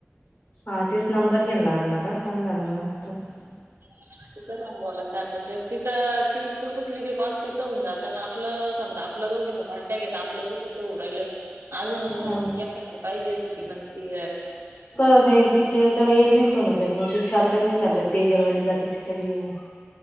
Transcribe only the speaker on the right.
<inaudible> तिच्या संग बोला चार पाच वेळेस तिचं तीच त उचली बी कॉल तिचं हुऊन जातं आण आपलं समजा आप आपलं दोघीच कॉन्टॅक्ट येतं आपलं दोघीचं हुऊ राईलं. अजून
एकांदि पायजे होती ती पण ती